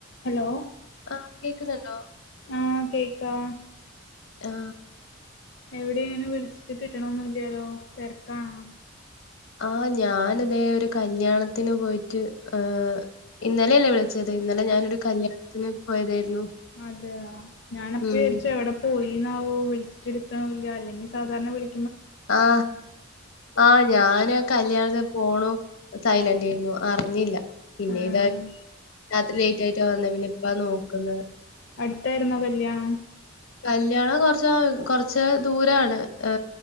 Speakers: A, on the left; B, on the left.
A: Hello
B: ആ കേക്ക്ന്നുണ്ടോ
A: ആ കേക്കാ
B: ആഹ്
A: എവിടേണ് വിളിച്ചിട്ട് കി കിട്ടണന്നുല്ലാലോ തിരക്കണോ
B: ആ ഞാന് തെ ഒരു കല്ല്യാണത്തിന് പോയിട്ട് ഏ ഇന്നലെല്ലേ വിളി വിളിച്ചത് ഇന്നലെ ഞാനൊരു കല്ല്യാണത്തിന് പോയതായിരുന്നു
A: അതെയ ഞാനപ്പ
B: ഉം.
A: വിചരിച്ച എവിടെ പോയി <unintelligible> വിളിച്ചിട്ടെടുക്കുണ് അല്ലെങ്കി സാധാരണ വിളി
B: ആ ആ ഞാന കല്ല്യാണത്തെ ഫോണും സയ്ലൻഡ് ആയിരുന്നു അറിഞ്ഞില്ല പിന്നെ
A: ആഹ്
B: താ രാത്രി ലേറ്റ് ആയിട്ടാ വന്നത് പിന്നെ ഇപ്പാ നോക്ക്ന്നത്
A: അടുത്തായിരുന്നോ കല്ല്യാണം
B: കല്ല്യാണം കുറച്ച് കുറച്ച് ദൂരാണ് ഏ